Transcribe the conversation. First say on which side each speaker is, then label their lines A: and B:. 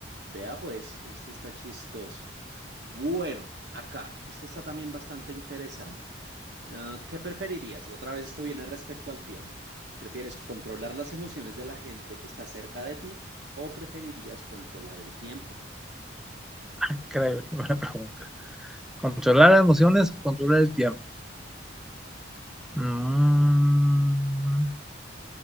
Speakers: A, on the right; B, in the centre.
A: vea pues, esto está chistoso. Bueno, acá, esto está también bastante interesante. Ah, ¿qué preferirías? Y otra vez esto viene respecto al tiempo. ¿Prefieres controlar las emociones de la gente que está cerca de ti o preferirías controlar el tiempo?
B: increíble, buena pregunta. Controlar las emociones, controlar el tiempo. Mm,